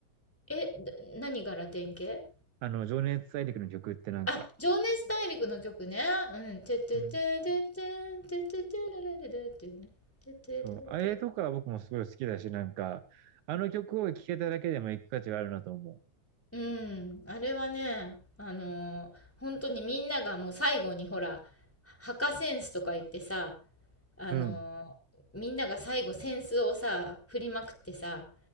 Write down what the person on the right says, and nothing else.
あの、情熱大陸の曲ってなんか。
うん
そう、あれとか僕もすごい好きだし、なんか、あの曲を聴けただけでも行く価値があるなと思
う。うん。